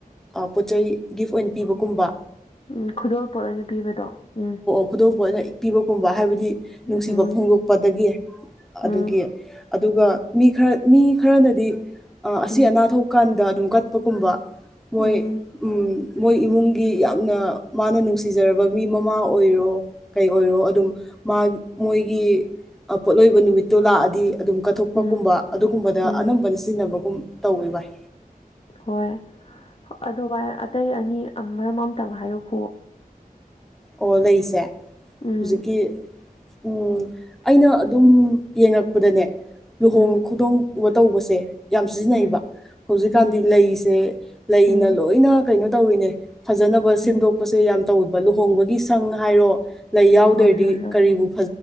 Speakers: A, in the centre; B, on the left.
A: ꯑꯥ ꯄꯣꯠꯆꯩ ꯒꯤꯐ ꯑꯣꯏꯅ ꯄꯤꯕꯒꯨꯝꯕ
B: ꯎꯝ ꯈꯨꯗꯣꯜꯄꯣꯠ ꯑꯣꯏꯅ ꯄꯤꯕꯗꯣ ꯎꯝ
A: ꯈꯨꯗꯣꯜ ꯄꯣꯠ ꯑꯣꯏꯅ ꯄꯤꯕꯒꯨꯝꯕ ꯍꯥꯏꯕꯗꯤ
B: ꯎꯝ
A: ꯅꯨꯡꯁꯤꯕ ꯐꯣꯡꯗꯣꯛꯄꯗꯒꯤ
B: ꯎꯝ
A: ꯑꯗꯨꯒꯤ ꯑꯗꯨꯒ ꯃꯤ ꯈꯔ ꯃꯤ ꯈꯔꯅꯗꯤ ꯑ ꯑꯁꯤ
B: ꯎꯝ
A: ꯑꯅꯥ ꯊꯣꯛꯄ ꯀꯥꯟꯗ ꯑꯗꯨꯝ ꯀꯠꯄꯒꯨꯝꯕ ꯃꯣꯏ
B: ꯎꯝ
A: ꯎꯝ ꯃꯣꯏ ꯏꯃꯨꯡꯒꯤ ꯌꯥꯝꯅ ꯃꯥꯅ ꯅꯨꯡꯁꯤ ꯁꯤꯖꯔꯕ ꯃꯤ ꯃꯃꯥ ꯑꯣꯏꯔꯣ ꯀꯩ ꯑꯣꯏꯔꯣ ꯑꯗꯨꯝ ꯃꯥ ꯃꯣꯏꯒꯤ ꯑꯥ ꯄꯣꯠꯂꯣꯏꯕ ꯅꯨꯃꯤꯠꯇꯣ ꯂꯥꯛꯑꯗꯤ ꯑꯗꯨꯝ ꯀꯠꯊꯣꯛ
B: ꯎꯝ
A: ꯄ ꯀꯨꯝꯕ ꯑꯗꯨꯒꯨꯝꯕꯗ
B: ꯎꯝ
A: ꯑꯅꯝꯕꯅ ꯁꯤꯖꯤꯟꯅꯕꯒꯨꯝ ꯇꯧꯋꯤ ꯚꯥꯏ
B: ꯍꯣꯏ ꯑꯗꯣ ꯚꯥꯏ ꯑꯇꯩ ꯑꯅꯤ ꯑ ꯃꯔꯝ ꯑꯝꯇꯪ ꯍꯥꯏꯔꯛꯈꯨꯑꯣ
A: ꯑꯣ ꯂꯩꯁꯦ
B: ꯎꯝ
A: ꯍꯨꯖꯤꯛꯀꯤ ꯎꯝ ꯑꯩꯅ ꯑꯗꯨꯝ ꯌꯦꯡꯉꯛꯄꯗꯅꯦ ꯂꯨꯍꯣꯡ
B: ꯎꯝ
A: ꯈꯨꯗꯣꯡ ꯇꯧꯕꯁꯦ ꯌꯥꯝ ꯁꯤꯖꯤꯟꯅꯩꯕ
B: ꯎꯝ
A: ꯍꯧꯖꯤꯛꯀꯥꯟꯗꯤ
B: ꯎꯝ
A: ꯂꯩꯁꯦ ꯂꯩꯅ
B: ꯎꯝ
A: ꯂꯣꯏꯅ ꯀꯩꯅꯣ ꯇꯧꯔꯤꯅꯦ ꯐꯖꯅꯕ ꯁꯦꯝꯗꯣꯛꯄꯁꯦ
B: ꯎꯝ
A: ꯌꯥꯝ ꯇꯧꯕꯕ ꯂꯨꯍꯣꯡꯕꯒꯤ ꯁꯪ ꯍꯥꯏꯔꯣ ꯂꯩ ꯌꯥꯎꯗꯔꯗꯤ
B: ꯍꯣꯏ ꯍꯣꯏ ꯍꯣꯏ
A: ꯀꯔꯤꯕꯨ